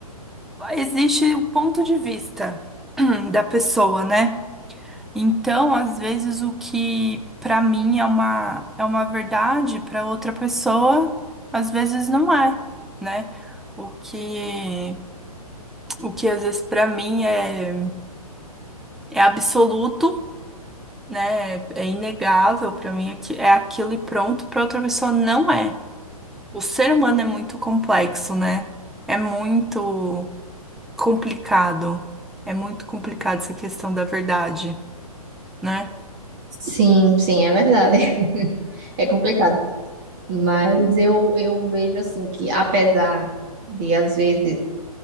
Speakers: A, in the centre; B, on the right.
A: existe o ponto de vista <clears throat> da pessoa, né? Então, às vezes, o que pra mim é uma, é uma verdade, pra outra pessoa, às vezes não é, né? O que, o que às vezes pra mim é, é absoluto, né? É inegável, pra mim é, que- é aquilo e pronto, pra outra pessoa não é. O ser humano é muito complexo, né? É muito. complicado. É muito complicado essa questão da verdade, né?
B: Sim, sim, é verdade. <laughs> É complicado. Mas eu, eu vejo assim que, apesar de, às vezes,